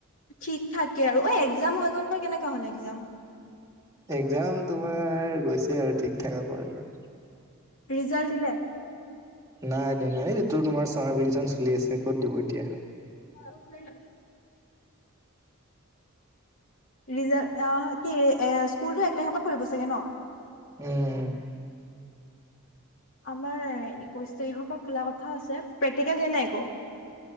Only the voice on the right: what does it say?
একজাম তোমাৰ গৈছে আৰু ঠিক-ঠাক কৰ আৰু
নাই দিয়া নাই এইটো তোমাৰ চামাৰ ভেকেচন চলি আছে ক'ত দিব এতিয়া
উম